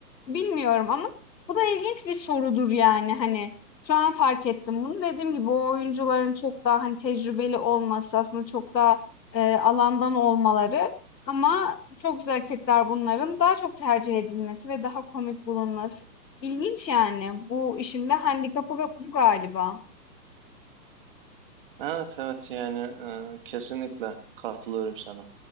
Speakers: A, on the left; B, on the right.
A: Bilmiyorum ama bu da ilginç bir sorudur yani hani şu an fark ettim bunu. Dediğim gibi o oyuncuların çok daha hani tecrübeli olması aslında çok daha eee, alandan olmaları ama çok güzel hareketler bunların daha çok tercih edilmesi ve daha komik bulunması. İlginç yani. Bu işin de handikapı bu galiba.
B: Evet evet yani e, kesinlikle katılıyorum sana.